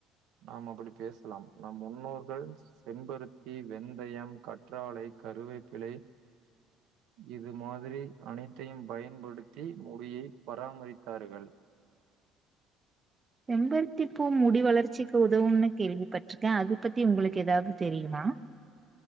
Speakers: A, on the right; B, on the right.
A: நாம் அப்படி பேசலாம் நம் முன்னோர்கள் செம்பருத்தி வெந்தயம் கற்றாலை கருவைப்பிழை இது மாதிரி அனைத்தையும் பயன்படுத்தி முடியை பராமரித்தார்கள்
B: செம்பருத்தி பூ மு முடி வளர்ச்சிக்கு உதவும்னு கேள்விப்பட்டிருக்கே அது பத்தி உங்களுக்கு ஏதாவது தெரியுமா